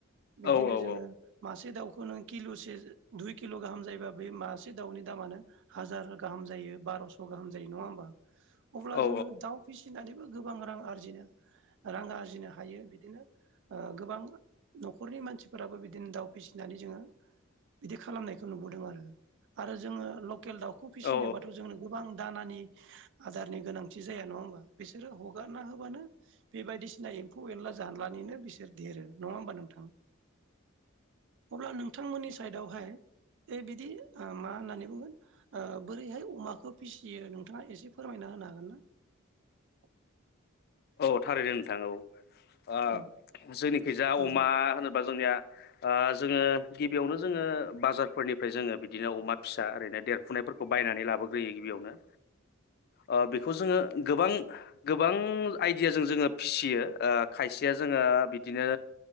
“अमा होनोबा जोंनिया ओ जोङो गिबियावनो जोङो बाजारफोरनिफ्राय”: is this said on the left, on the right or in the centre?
Left